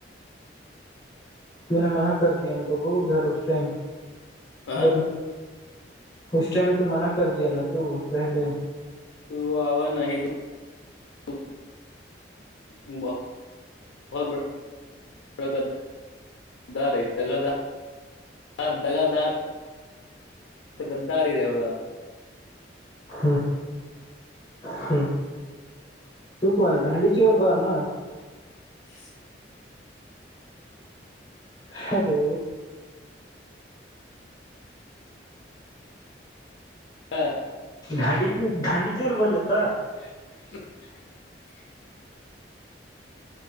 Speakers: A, on the left (about 20°); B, on the left (about 80°).
A: तूने मना कर दिया न दूगो उधर उस टाइम
B: हाँ,
A: वर उस टाइम तो मना कर दिया न तू पहले
B: <unintelligible> तऽ गद्दारी रहेब
A: ह ह तू कह ने घंडी चोर बा न
B: <inaudible>
A: हेलो
B: हँ
A: घंडी चोर घंडी चोर बोलय तऽ
B: <inaudible>